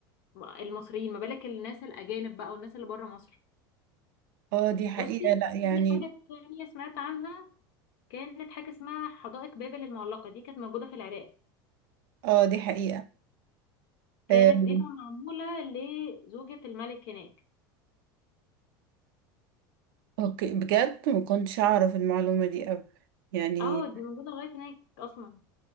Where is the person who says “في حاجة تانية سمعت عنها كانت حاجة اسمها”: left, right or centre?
Left